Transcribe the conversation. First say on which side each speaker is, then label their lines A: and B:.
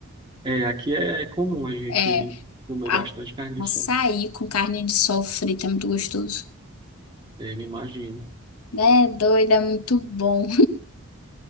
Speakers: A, on the right; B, on the left.
A: É, aqui é comum a gente
B: É,
A: comer
B: a,
A: bastante carne
B: açaí
A: de sol,
B: com carne de sol frita é muito gostoso.
A: é, me imagino.
B: É doido, é muito bom.